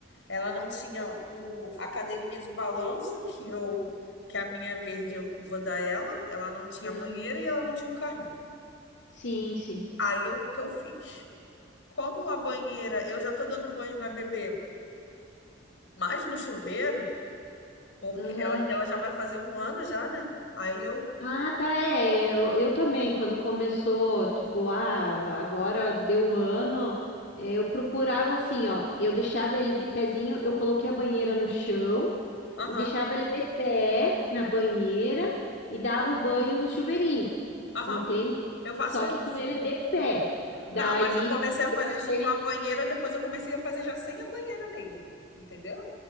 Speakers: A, on the left; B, on the left.
A: Ela não tinha o, a cadeirinha de balanço que eu que a minha verde eu vou dar ela. Ela não tinha
B: Ah,
A: banheira e ela não tinha um carrinho.
B: Sim, sim.
A: Aí o que eu fiz? Como a banheira, eu já tô dando banho na bebê, mas no chuveiro, porque
B: Aham.
A: ela, ela já vai fazer um ano já, né? Aí eu,
B: Ah, tá, é. é, Eu, eu também, quando começou, tipo, ah, agora deu um ano, é, eu procurava assim, ó. Eu deixava ele de pezinho, eu coloquei a banheira no chão.
A: aham,
B: e deixava ele de pé na banheira e dava o banho no chuveirinho,
A: aham,
B: entende?
A: eu faço
B: Só que com
A: isso.
B: ele de pé. Daí
A: Não, mas eu comecei a fazer
B: eu achei,
A: isso com a banheira, depois eu comecei a fazer já sem a banheira mesmo, entendeu?